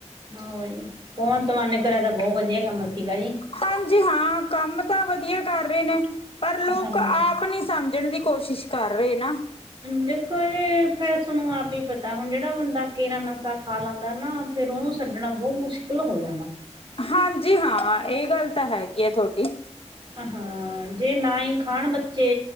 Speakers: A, on the right; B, on the left.
A: ਓਹੀ, ਹੁਣ ਤ ਮੰਨ ਕਰਿਆ ਤਾ, ਬਹੁਤ ਵਧੀਆ ਕੰਮ ਸੀਗਾ ਜੀ।
B: ਹਾਂਜੀ-ਹਾਂ, ਕੰਮ ਤਾ ਵਧੀਆ ਕਰ ਰਹੇ ਨੇ, ਪਰ ਲੋਕ
A: ਹਾਂਜੀ।
B: ਆਪ ਨਹੀਂ ਸਮਝ ਮਝਣ ਦੀ ਕੋਸ਼ਿਸ਼ ਕਰ ਰਹੇ ਨਾ।
A: ਦੇਖੋ ਜੇ, ਫੇਰ ਥੋਨੂੰ ਆਪ ਹੀ ਪਤਾ, ਹੁਣ ਜਿਹੜਾ ਬੰਦਾ ਕੇਰਾ ਨਸ਼ਾ ਖਾ ਲਾਂਦਾ ਨਾ ਫਿਰ, ਉਹਨੂੰ ਛੱਡਣਾ ਬਹੁਤ ਮੁਸ਼ਕਿਲ ਹੋ ਜਾਂਦਾ।
B: ਹਾਂਜੀ-ਹਾਂ, ਇਹ ਗੱਲ ਤਾਂ ਹੈਗੀ ਆ, ਥੋਡੀ।
A: ਹ ਹਾਂ, ਜੇ ਨਾ ਹੀ ਖਾਣ ਬੱਚੇ